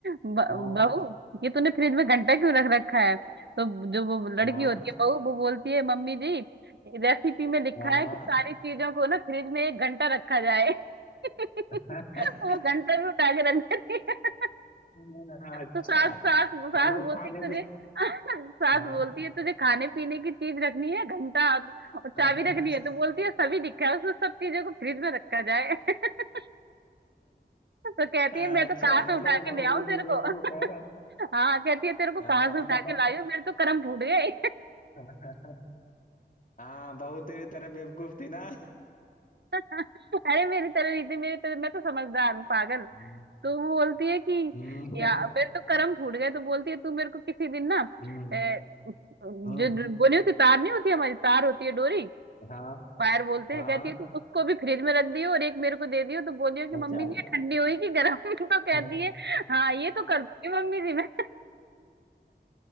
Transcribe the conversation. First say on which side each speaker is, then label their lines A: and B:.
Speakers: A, on the right; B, on the left.
A: "ब-
B: हाँ
A: बहू ये तूने फ्रिज में घंटा क्यों रख रखा है तो जो वो लड़की
B: हाँ
A: होती है बहू वो बोलती है मम्मी जी रेसिपी में लिखा
B: हाँ
A: है कि सारी चीजों को ना फ्रिज में एक घंटा रखा जाए <laughs> वो
B: <laughs>
A: घंटा भी उठा के रख देती है
B: हाँ। अच्छा
A: तो सास सास
B: मतलब
A: सास
B: वो
A: बोलती
B: खाने
A: है तुझे
B: भी
A: <laughs> सास
B: हाँ
A: बोलती है तुझे खाने पीने की चीज रखनी है घंटा और चाबी
B: <laughs>
A: रखनी है तो बोलती है सभी दिखा है उसको सब चीजों को फ्रिज में रखा जाए <laughs> तो कहती
B: अच्छा
A: है मैं तो कहाँ
B: मतलब
A: से उठा
B: वो
A: के
B: बहू
A: ले
B: बिल्कुल
A: आऊं तेरे
B: बेवकूफ
A: को <laughs>
B: है ना
A: हाँ कहती है तेरे को
B: हाँ
A: कहाँ से
B: मतलब
A: उठा के लाई हूं मेरे तो कर्म फूट गए
B: ब- हाँ बहू तेरी तरह बेवकूफ थी ना
A: <laughs> अरे मेरी तरह रीति मेरी तरह मैं तो समझदार हूँ पागल
B: हम्म
A: तो वो बोलती है कि
B: हम्म
A: या मेरे तो कर्म फूट गए तो बोलती है तू मेरे को किसी दिन ना
B: हम्म
A: अ, जो
B: हम्म,
A: वो नहीं होती तार नहीं होती हमारी तार होती है डोरी
B: हाँ
A: फायर बोलते
B: हाँ
A: हैं कहती
B: हाँ,
A: है तुम उसको भी फ्रिज में रख दियो और एक मेरे को दे दियो तो बोलियो कि
B: अच्छा
A: मम्मी जी ये ठंडी हुई कि गर्म <laughs> तो कहती
B: है।
A: है हाँ ये तो कर दूंगी मम्मी जी मैं